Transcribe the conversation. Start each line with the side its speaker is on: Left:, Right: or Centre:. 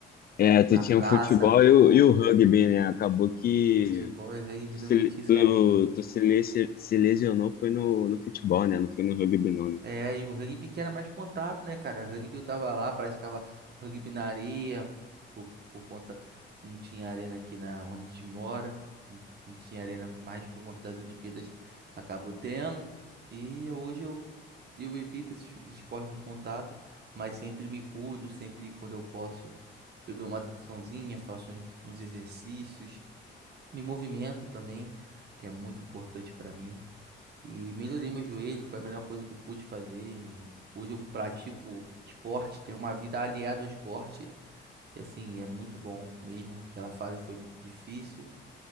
Left: É, tu
Right: na
Left: tinha
Right: praça,
Left: o futebol e
Right: pô,
Left: o, e o rugby, né? Acabou que
Right: futebol e rugby
Left: tu
Right: do
Left: se,
Right: meu tio Serginho.
Left: tu, tu se, le- se- se lesionou foi no, no futebol, né? Não foi no rugby, não. né?
Right: É, e o rugby que era mais contato, né, cara? Rugby eu tava lá, praticava rugby na areia, por, por conta que não tinha arena aqui na onde a gente mora, não não tinha arena mais por conta das Olimpíadas, acabou tendo. E hoje eu, eu evito esses esportes muito contato, mas sempre me cuido, sempre quando eu posso, eu dou uma atençãozinha, faço uns uns exercícios, me movimento também, que é muito importante pra mim. E melhorei meu joelho, foi a melhor coisa que eu pude fazer. E hoje eu pratico esporte, tenho uma vida aliada ao esporte. E assim, é muito bom mesmo. Aquela fase foi muito difícil,